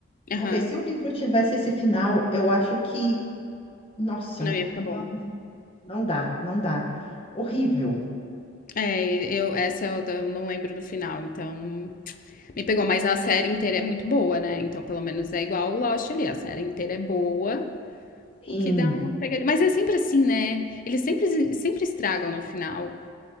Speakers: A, on the left; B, on the left.
A: Aham.
B: Porque se o livro tivesse esse final, eu acho que, nossa,
A: Não ia ficar
B: não,
A: bom.
B: não dá, não dá. Horrível.
A: É, eu essa eu da- eu não lembro do final, então me pegou, mas a série inteira é muito boa, né? Então, pelo menos é igual o Lost ali, a série inteira é boa,
B: Sim,
A: o que dá uma pegadinha. Mas é sempre assim, né? Eles sempre sempre estragam no final.